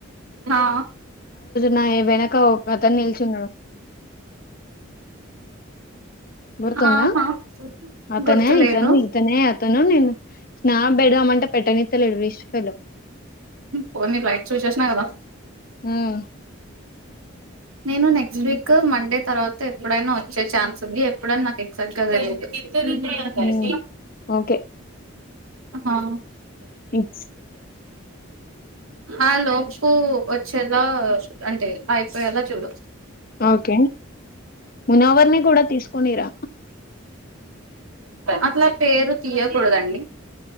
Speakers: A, on the right; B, on the left.
A: హా
B: నా వెనక ఒక అతను నిల్చున్నా గుర్తుందా
A: ఆహా
B: అతనే
A: గుర్తులేదు
B: ఇతను ఇతనే అతను నేను స్నాప్ పెడదమంటే పెట్టనిత్తలేడు వేస్ట్ ఫెల్లో
A: పోనీ రైట్సో చేసినా కదా
B: హ్మ్
A: నేను నెక్స్ట్ వీక్ మండే తర్వాత ఎప్పుడైనా వచ్చే ఛాన్స్ ఉంది ఎప్పుడని నాకు ఎగ్జాక్ట్ గా తెలిదు
B: ఉమ్, ఓకే
A: హా
B: ఇట్స్
A: ఆ లోపు వచ్చేలా అంటే అయిపోయేలా చూడు
B: ఓకే మునవర్ని కూడా తీసుకొనిరా
A: అట్లా పేరు తీయకూడదండి